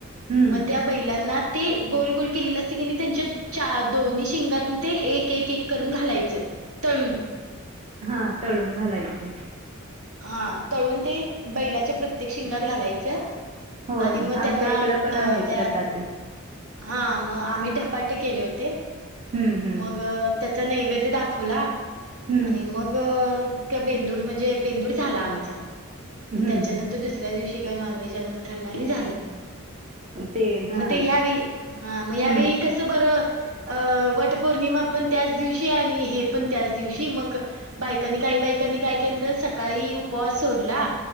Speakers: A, on the right (about 30°); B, on the right (about 75°).
A: हम्म
B: म त्या बैलांना ते गोल गोल केलेलं असत की नी त्यांच्या चा दोन्ही शिंगातनी ते एक एक एक करून घालायचं. तळुण.
A: हा तळून घालायचे.
B: हा तळून ते बैलाच्या प्रत्येक शिंगात घालायचं.
A: होय
B: आणि मग
A: आमच्या
B: त्यांना
A: इकडे
B: अ
A: पण आहे
B: जयातन
A: प्रथा ती
B: हां मंग आम्हीं भपांटे केले होते
A: हम्म हम्म
B: मंग त्यांचा नैवेद्य दाखवला
A: हम्म
B: आणि मंग बेंदूर म्हणजे बेंदूर झालां आमचा
A: हम्म
B: मंग त्यांच्यानंतर
A: हम्म
B: दुसरा तुह्या दिवशी कायं नॉनव्हेज आंणून खाल्लं आणि झालं
A: ते हा
B: मंग ते यां हां मंग यावेळी
A: हम्म
B: कसं बरं वटं पौर्णिमा पणं त्यांचं दिवशी आणि हे पणं त्यांचं दिवशी मंग बायकांनी कांहीं बाईकांनी कायं केलं तरं सकाळीं उपवांस सोडलां